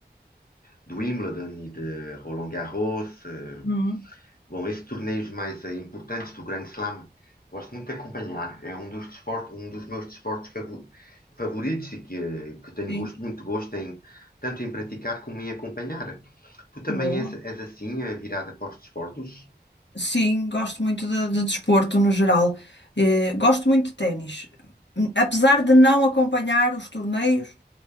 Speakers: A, on the left; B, on the left.
A: do Wimbledon e de Roland Garros. eh,
B: Uhum,
A: Bom, esses torneios mais eh, importantes do Grande Slam, gosto muito de acompanhar. É um dos desportos, um dos meus desportos favu- favoritos e que, que tenho
B: sim,
A: gosto, muito gosto em tanto em praticar como em acompanhar. Tu também
B: boa.
A: és, és assim, eh, virada para os desportos?
B: Sim, gosto muito de, de desporto no geral. Eh, gosto muito de ténis. Hum, Apesar de não acompanhar os torneios,